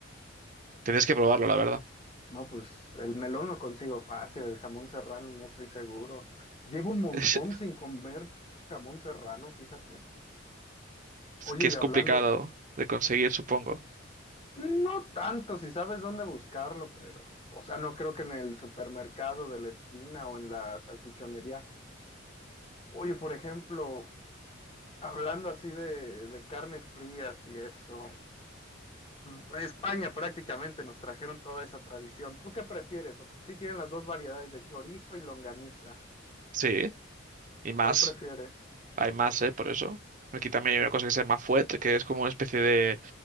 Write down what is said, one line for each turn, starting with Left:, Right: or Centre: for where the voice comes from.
Right: Tienes que probarlo, la verdad.
Left: No, pues el melón lo consigo fácil, el jamón serrano no estoy seguro. Llevo un montón
Right: <laughs>
Left: sin comer jamón serrano, fíjate.
Right: Es
Left: Oye,
Right: que es
Left: y hablando,
Right: complicado de conseguir, supongo.
Left: no tanto si sabes dónde buscarlo, pero, o sea, no creo que en el supermercado de la esquina o en la salchichonería. Oye, por ejemplo, hablando así de, de carnes frías y eso. pues, España prácticamente nos trajeron toda esa tradición. ¿Tú qué prefieres? Si sí tienen las dos variedades de chorizo y longaniza.
Right: Sí, y más.
Left: ¿Cuál prefieres?
Right: Hay más, ¿eh? Por eso. Aquí también hay una cosa que se llama fuet, que es como una especie de,